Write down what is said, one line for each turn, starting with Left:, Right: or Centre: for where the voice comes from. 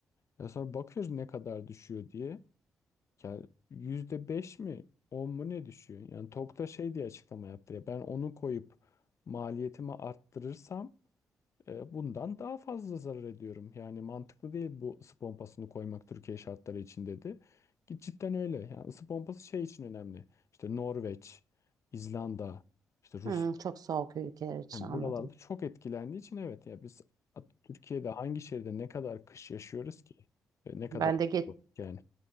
Left: Ya sonra bakıyoruz ne kadar düşüyor diye. Ya %5 mi 10 mu ne düşüyor? Yani Tokta şey diye açıklama yaptı ya ben onu koyup maliyetimi arttırırsam e, bundan daha fazla zarar ediyorum. Yani mantıklı değil bu ısı pompasını koymak Türkiye şartları için dedi. Ki cidden öyle. Yani ısı pompası şey için önemli. İşte Norveç, İzlanda, işte Rus
Right: Hmm, çok soğuk ülkeler için
Left: yani
Right: anladım.
Left: buralarda çok etkilendiği için evet ya biz at- Türkiye'de hangi şehirde ne kadar kış yaşıyoruz ki? E, Ne kadar
Right: Ben de geç
Left: yani.